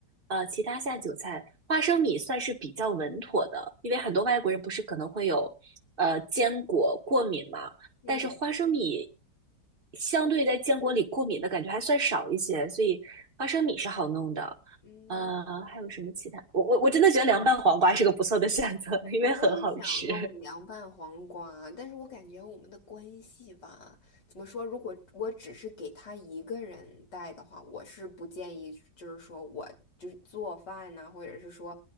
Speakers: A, on the right; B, on the left.
A: 呃，其他下酒菜，花生米算是比较稳妥的，因为很多外国人不是可能会有呃坚果过敏嘛，
B: 嗯
A: 但是花生米相对在坚果里过敏的感觉还算少一些，所以花生米是好弄的。
B: 嗯，
A: 呃，还有什么其他？我我我真的觉得凉拌黄瓜是个不错的选择，因为很好吃。
B: 我也想弄凉拌黄瓜，但是我感觉我们的关系吧，怎么说？如果我只是给他一个人带的话，我是不建议，就是说我就是做饭呐、或者是说